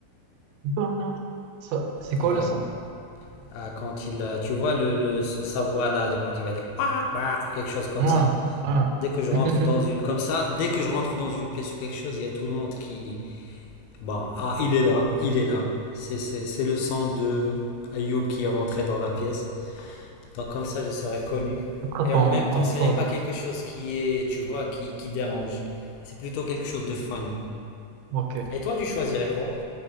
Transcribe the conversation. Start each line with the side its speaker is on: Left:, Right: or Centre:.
Right: Donald. Ça- C'est
Left: Ouais,
Right: quoi le son?
Left: Ah, quand il, euh, tu vois le, le- sa voix là, quand il va dire Quack, quack ou quelque chose comme
Right: ah
Left: ça.
Right: ah
Left: Dès que je
Right: <laughs>
Left: rentre dans une, comme ça, dès que je rentre dans une pièce ou quelque chose, il y a tout le monde qui, bon, ah, il est là, il est là. C'est, c'est, c'est le son de Ayoub qui est rentré dans la pièce. Donc comme ça, je serai connu.
Right: Quoi
Left: Et
Right: ton,
Left: en même
Right: ton
Left: temps, ce
Right: slogan?
Left: n'est pas quelque chose qui est, tu vois, qui, qui dérange. C'est plutôt quelque chose de fun.
Right: Ok.
Left: Et toi, tu choisirais quoi?